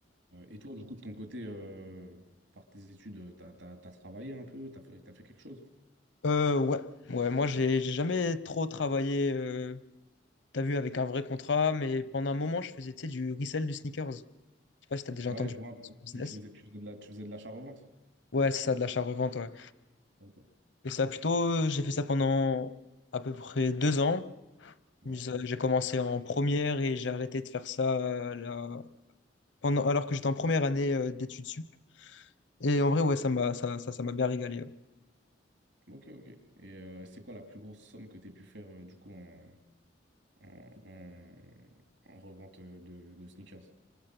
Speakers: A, on the right; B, on the left.
A: Euh, et toi, du coup, de ton côté, euh, à part tes études, euh, t'as, t'as, t'as travaillé un peu, t'as fait, t'as fait quelque chose?
B: Euh, ouais, ouais, moi, j'ai j'ai jamais trop travaillé, euh, t'as vu, avec un vrai contrat, mais pendant un moment, je faisais, tu sais, du resell de sneakers. Je sais pas si t'as déjà
A: Ouais,
B: entendu
A: je vois un
B: ce
A: peu.
B: business.
A: Tu, tu faisais, tu faisais de la, tu faisais de l'achat-revente.
B: Ouais, c'est ça, de l'achat-revente, ouais.
A: Ok.
B: Et ça, plutôt, euh, j'ai fait ça pendant à peu près deux ans.
A: Ouais.
B: Ça- J'ai commencé en première et j'ai arrêté de faire ça euh, là, pendant, alors que j'étais en première année euh, d'études sup. Et en vrai, ouais, ça m'a ça, ça, ça m'a bien régalé. ouais.
A: Ok, ok. Et euh, c'est quoi la plus grosse somme que tu as pu faire euh, du coup en, en, en- en revente euh, de, de sneakers?